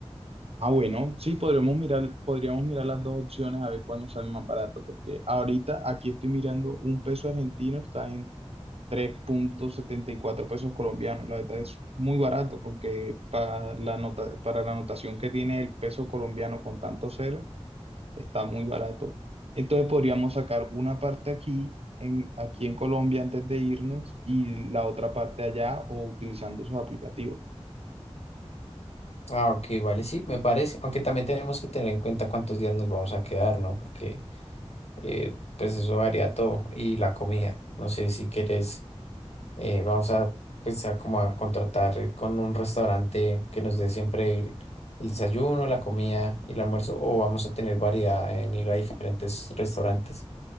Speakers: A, on the right; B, on the left.
A: Ah, bueno, sí, podríamos mirar, podríamos mirar las dos opciones a ver cuál nos sale más barato, porque ahorita aquí estoy mirando un peso argentino, está en tres punto setenta y cuatro pesos colombianos. La verdad es muy barato porque para la nota, para la notación que tiene el peso colombiano con tanto cero, está muy barato. Entonces podríamos sacar una parte aquí en, aquí en Colombia antes de irnos y la otra parte allá o utilizando esos aplicativos.
B: Ah, ok, vale, sí, me parece. Aunque también tenemos que tener en cuenta cuántos días nos vamos a quedar, ¿no? Porque eh, pues eso varía todo y la comida. No sé si quieres, eh, vamos a pues a como a contratar con un restaurante que nos dé siempre el, el desayuno, la comida y el almuerzo, o vamos a tener variedad en ir a diferentes restaurantes.